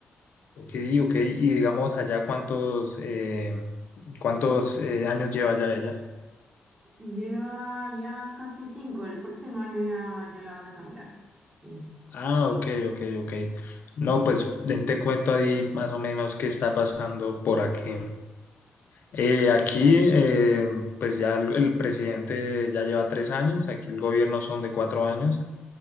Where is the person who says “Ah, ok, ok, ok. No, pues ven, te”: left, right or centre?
Left